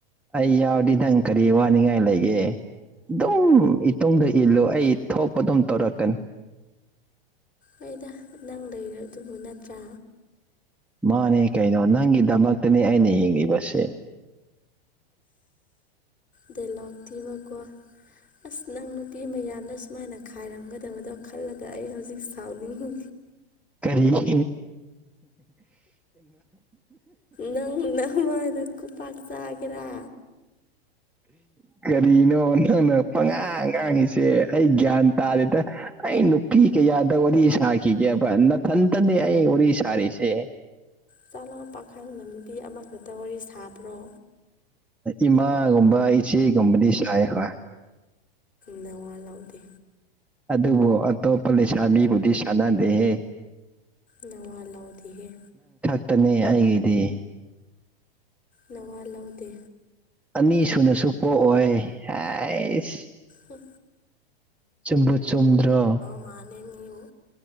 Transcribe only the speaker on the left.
ꯑꯩꯗ ꯅꯪ ꯂꯩꯔꯦ ꯑꯗꯨꯕꯨ ꯅꯠꯇ꯭ꯔꯥ
ꯗꯂꯞ ꯇꯤꯀ ꯑꯁ ꯅꯪ ꯅꯨꯄꯤ ꯃꯌꯥꯝꯗ ꯁꯨꯃꯥꯏꯅ ꯈꯥꯏꯔꯝꯒꯗꯕꯗꯣ ꯈꯜꯂꯒ ꯑꯩ ꯍꯧꯖꯤꯛ ꯁꯥꯎꯅꯤꯡꯦ
ꯅꯪ ꯅꯉꯗ ꯀ ꯄ ꯆꯒꯔ
ꯆꯥꯂ ꯄꯥꯈꯪ ꯂꯝ ꯅꯨꯕꯤ ꯑꯃꯈꯛꯇ ꯋꯥꯔꯤ ꯁꯥꯕ꯭ꯔꯣ
ꯅꯋꯥ ꯂꯧꯗꯦ
ꯅꯋꯥ ꯂꯧꯥꯎꯗꯤꯦ
ꯅꯋꯥ ꯂꯧꯗꯦ
ꯍ
ꯃꯥꯜꯂꯦ ꯃꯤꯕꯨ